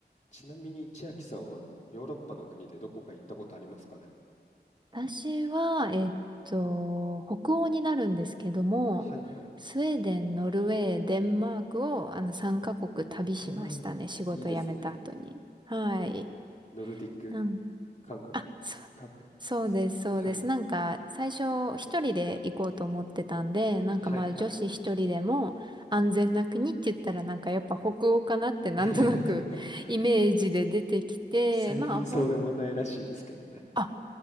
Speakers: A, on the left; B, on the right.
A: ちなみに千秋さんはヨーロッパの国でどこか行ったことありますかね
B: 私は、えっと、北欧になるんですけども、
A: はいはい。
B: スウェーデン、ノルウェー、デンマークを、あの、3カ国旅しましたね。
A: ああ、
B: 仕事辞めた後に。
A: いいですね。
B: はい。
A: ノルディック、
B: なん、
A: 韓国、
B: あ、そう、
A: 韓国ですね。
B: そうです、そうです。
A: はい。
B: なんか、最初、一人で行こうと思ってたんで、なんかまあ、
A: はいはい。
B: 女子一人でも安全な国って言ったら、なんかやっぱ北欧かなってなんとなく
A: <laughs>
B: <laughs> イメージで出てきて、
A: 最近そうでもないらしいですけどね。
B: まあ、ほん、あ、